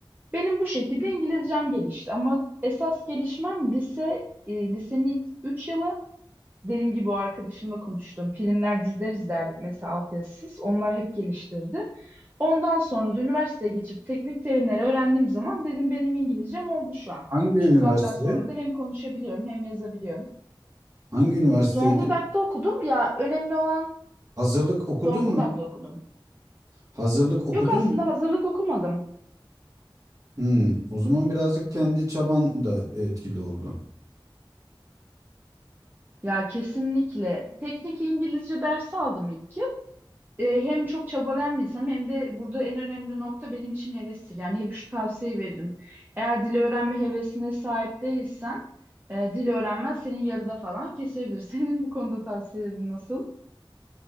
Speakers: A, on the right; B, on the right.
A: Benim bu şekilde İngilizcem gelişti ama esas gelişmem lise, e, lisenin ilk 3 yılı. Dediğim gibi o arkadaşımla konuştum. Filmler, diziler izlerdik mesela altyazısız. Onlar hep geliştirdi. Ondan sonra da üniversiteye geçip teknik terimleri öğrendiğim zaman dedim benim İngilizcem oldu şu an.
B: Hangi üniversite?
A: Şu saatten sonra da hem konuşabiliyorum hem yazabiliyorum.
B: Hangi üniversiteydi?
A: Zonguldak'ta okudum ya önemli olan
B: Hazırlık okudun
A: Zonguldak'ta
B: mu?
A: okudum.
B: Hazırlık okudun
A: Yok aslında
B: mu?
A: hazırlık okumadım.
B: Hmm, o zaman birazcık kendi çaban da etkili oldu.
A: Ya kesinlikle. Teknik İngilizce dersi aldım ilk yıl. Ee, hem çok çabalayan bir insanım hem de burada en önemli nokta benim için hevestir. Yani hep şu tavsiye veririm. Eğer dil öğrenme hevesine sahip değilsen e, dil öğrenmen senin yarıda falan kesebilir. <laughs> Senin bu konuda tavsiyelerin nasıl?